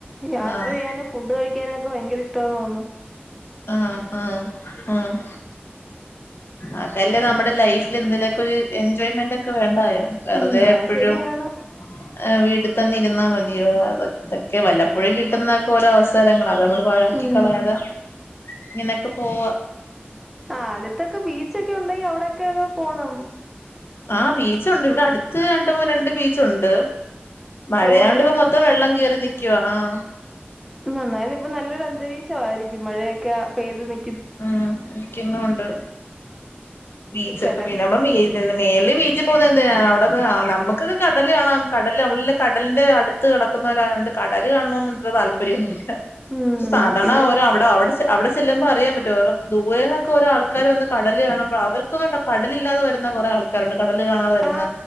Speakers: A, in the centre; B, on the left (about 70°).
A: യാത്ര
B: ആഹ്
A: ചെയ്യാനും ഫുഡ് കഴിക്കാനൊക്കെ ഭയങ്കര ഇഷ്ടാന്ന് തോന്നുന്നു
B: ആഹ് ആഹ് ആഹ് അതല്ലേനമ്മടെ ലൈഫിൽ എന്തെലൊക്ക ഒരു എൻജോയ്മെന്റ് ക്കെവേണ്ടായോ വെറുതെ
A: ഉം അത്
B: എപ്പഴും
A: ശരിയാണ്
B: ഏഹ് വീട്ടി തന്നെഇര്ന്നാമതിയോ അത് അതൊക്കെ വല്ലപ്പൊഴും കിട്ടുന്നക്കെ ഓരോ അവസരങ്ങള അത്നമ്മള് പാഴക്കികളയാതെ
A: ഉം
B: ഇങ്ങനെക്കെ പോവാ
A: ആഹ് അടുത്തൊക്കെ ബീച്ചൊക്കെ ഉണ്ടെങ്കി അവടെ ക്ക് പോണു
B: ആ ബീച്ച്ഉണ്ട് ഇവിടെ അട് ത്ത് രണ്ട്മൂ രണ്ട് ബീച്ചുണ്ട്
A: ഇപ്പൊ
B: മഴയാണ്ട്
A: മഴയൊക്കെ
B: പ്പോ മൊത്തം വെള്ളം കേറി നിക്കവാ ആ
A: നന്നായതി ഇപ്പ നല്ലൊരു അന്തരീക്ഷയിരക്കും മഴയൊക്കെ ആ പെയ്ത് നി
B: ഉം ഇരിക്കുന്നൊണ്ട് ബീച്ചക്കെ
A: ചെല
B: പിന്നെ നമ്മ മീ മേല് ബീച്ചി പോകുന്നത്എന്തിന അവിടന്ന് നമുക്ക്കെ കടല് കാണാം കടല് നമ്മള് കടലിന്റെ അടു ത്ത് കടക്കുന്നവരായോണ്ട് കടല് കാണണന്നത്ര താല്പര്യമൊന്നുല്ല
A: ഉം
B: സാധാണ
A: പിന്നെ
B: ഓര് അവിടെ അവിടെച്ചെല്ലുമ്പോ അറിയപറ്റും ദൂരെ നൊക്കെ ഓര ആൾക്കാര് വന്ന് കാണുമ്പോ അവർക്കൊന്ന കടലില്ലാതെ വര്ന്ന കുറേ ആൾ ക്കാരുണ്ട് കടല് കാണാൻ വരുന്ന
A: ആ